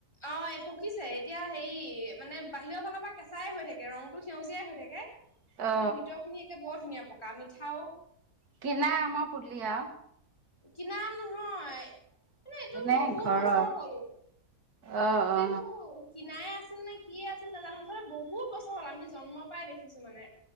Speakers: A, on the left (about 15°); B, on the right (about 80°).
A: অ পকিছে এতিয়া হেৰি মানে বাহিৰৰ ফালৰ পৰা কেঁচাই হৈ থাকে ৰংটো সেউজীয়াই হৈ থাকে
B: অ
A: কিন্তু ভিতৰ খিনি একে বৰ ধুনীয়া প পকা মিঠাও
B: কি আমো ফুলীয়া
A: কিনা আম নহয়। মানে এইটো
B: এনে
A: বহুত
B: ঘৰৰ
A: বছৰ হ'ল
B: অ
A: পুলিতটো
B: অ
A: কিনাই আছিল নে কিয়ে আছিল নেজানো ইফালে বহুত বছৰ হ'ল আমি জন্ম পাই দেখি কিছুমানে